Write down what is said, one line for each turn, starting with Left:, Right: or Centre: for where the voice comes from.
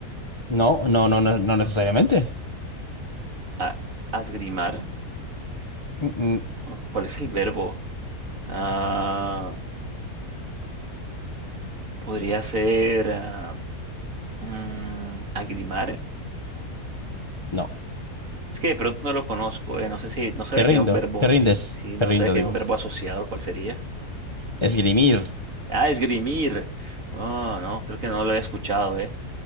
Left: no, no, no, no, no necesariamente.
Right: A, asgrimar.
Left: Mm, mm,
Right: Oh, ¿Cuál es el verbo? Ah, podría ser. ah, Mm, agrimar.
Left: no.
Right: Es que de pronto no lo conozco. eh, No sé si, no sabía
Left: Te rindo,
Right: que era un verbo,
Left: te rindes,
Right: si, si
Left: te
Right: no
Left: rindo,
Right: sabía que
Left: digo.
Right: era un verbo asociado, ¿cuál sería?
Left: Esgrimir.
Right: Ah, esgrimir. Oh, no, creo que no lo había escuchado, eh.